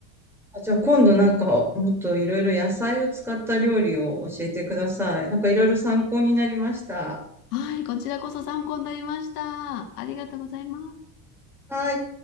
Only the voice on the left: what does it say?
はい、こちらこそ参考になりました。ありがとうございます。